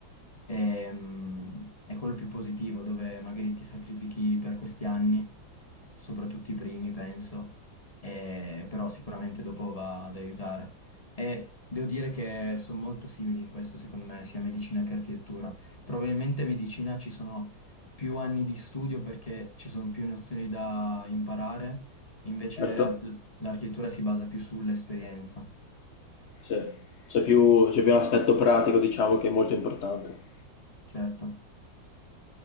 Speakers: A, on the left; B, on the left.
A: è, mh, è quello più positivo, dove magari ti sacrifichi per questi anni soprattutto i primi, penso, e- però sicuramente dopo va ad aiutare. E devo dire che sono molto simili in questo, secondo me, sia medicina che architettura. Probabilmente in medicina ci sono più anni di studio perché ci sono più nozioni da imparare, invece
B: Certo?
A: ar- l'architettura si basa più sull'esperienza,
B: Sì. C'è più, c'è più un aspetto pratico, diciamo, che è molto importante.
A: certo.